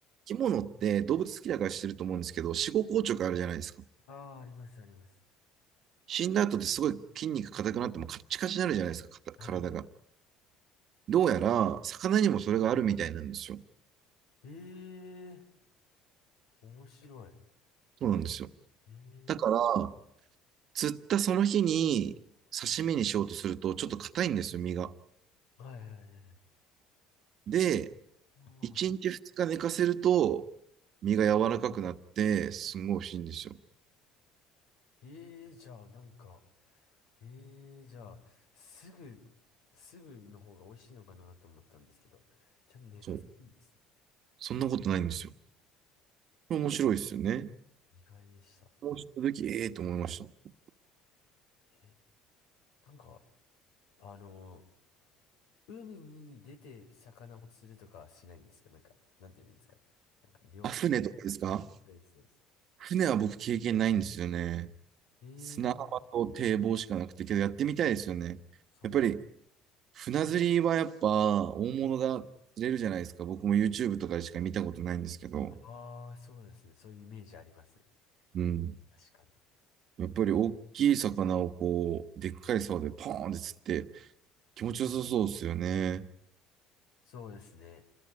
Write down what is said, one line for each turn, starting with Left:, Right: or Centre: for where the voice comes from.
Right: 生き物って動物好きだからしてると思うんですけど、死後硬直あるじゃないですか。
Left: ああー、あります、あります。
Right: 死んだ後ってすごい筋肉硬くなってもカッチカチになるじゃないですか、
Left: はい。
Right: 体が。どうやら、魚にもそれがあるみたいなんですよ。
Left: ええ面白い。
Right: そうなんですよ。
Left: ええ
Right: だから、釣ったその日に刺身にしようとすると、ちょっと硬いんですよ、身が。
Left: はいはいはいはい。
Right: で、
Left: ああ、
Right: 1日2日寝かせると、身が柔らかくなって、すごい美味しいんですよ。
Left: ええじゃあ、なんか、ええじゃあ、すぐ、すぐの方が美味しいのかなと思ったんですけど、ちゃんと寝かせるんですね。
Right: そう。そんなことないんですよ。面白いですよね。
Left: 意外でした。
Right: こうした時、ええと思いました。
Left: え、なんか、あの海に出て魚を釣るとかはしないんですかなんか、なんて言えばいいんですかなんか、漁、
Right: あ、船とかですか
Left: そうです、そうです。
Right: 船は僕経験ないんですよね。
Left: ええ
Right: 砂浜と堤防しかなくて、けどやってみたいですよね。
Left: そうなん
Right: やっぱり船釣りはやっぱ大物が釣れるじゃないですか。僕も YouTube とかでしか見たことないんですけど。
Left: ああー、そうですね。そういうイメージありますね。
Right: うん。
Left: 確かに。
Right: やっぱり大きい魚をこう、でっかい竿でポーンって釣って、気持ちよさそうっすよね。
Left: そうですね。